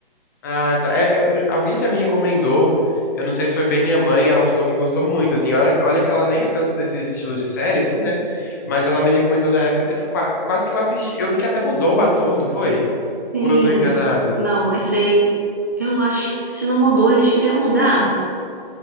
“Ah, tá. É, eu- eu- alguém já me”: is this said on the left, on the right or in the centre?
Left